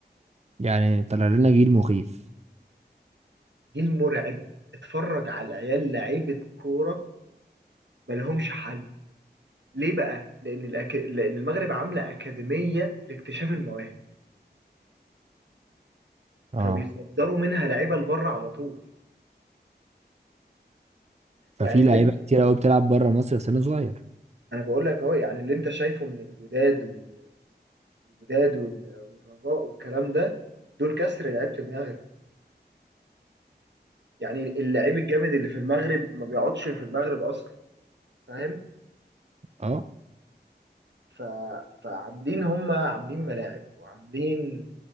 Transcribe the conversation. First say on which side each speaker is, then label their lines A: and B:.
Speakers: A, on the right (about 40°); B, on the right (about 85°).
A: يعني طلع لنا جيل مخيف
B: جيل مرعب اتفرج على العيال لعيبة كورة ملهمش حل ليه بقى؟ لأن الأك... لأن المغرب عاملة أكاديمية لاكتشاف المواهب
A: اه
B: فبيصدروا منها لعيبة لبره على طول
A: ففي
B: يعني اللي
A: لعيبة
B: انت...
A: كتير قوي بتلعب بره مصر في سن صغير
B: أنا بقول لك أهو يعني اللي أنت شايفه من الوداد وال... الوداد وال... والرجاء والكلام ده دول كسر لعيبة المغرب يعني اللعيب الجامد اللي في المغرب ما بيقعدش في المغرب أصلا فاهم؟
A: اه
B: ف... فعاملين هم عاملين ملاعب وعاملين